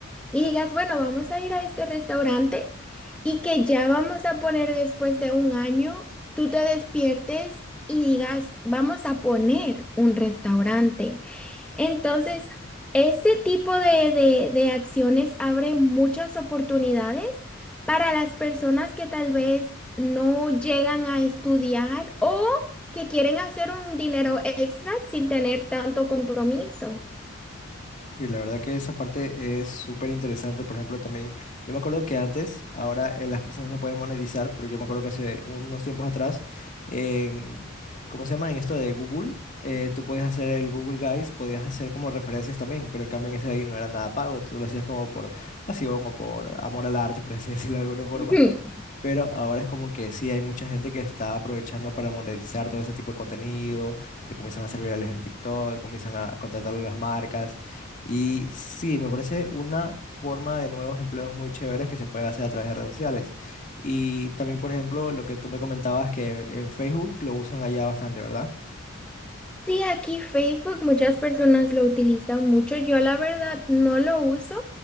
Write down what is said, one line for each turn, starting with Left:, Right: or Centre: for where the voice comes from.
Centre: y digas, bueno, vamos a ir a este restaurante y que ya vamos a poner después de un año, tú te despiertes y digas, vamos a poner un restaurante. Entonces, ese tipo de, de, de acciones abre muchas oportunidades para las personas que tal vez no llegan a estudiar o que quieren hacer un dinero extra sin tener tanto compromiso.
Left: Sí, la verdad que esa parte es súper interesante. Por ejemplo, también yo me acuerdo que antes, ahora eh, las personas no pueden monetizar, pero yo me acuerdo que hace unos tiempos atrás, en, ¿cómo se llama? En esto de Google, eh, tú podías hacer el Google Guys, podías hacer como referencias también, pero en cambio en ese de ahí no era nada pago, tú lo hacías como por pasión o por amor al arte, por así <laughs> decirlo de alguna forma.
Centre: ¿sí?
Left: Pero ahora es como que sí, hay mucha gente que está aprovechando para monetizar todo ese tipo de contenido, se comienzan a hacer virales en TikTok, comienzan a contratar a las marcas. Y sí, me parece una forma de nuevos empleos muy chéveres que se puede hacer a través de redes sociales. Y también, por ejemplo, lo que tú me comentabas que en Facebook lo usan allá bastante, ¿verdad?
Centre: Sí, aquí Facebook muchas personas lo utilizan mucho. Yo la verdad no lo uso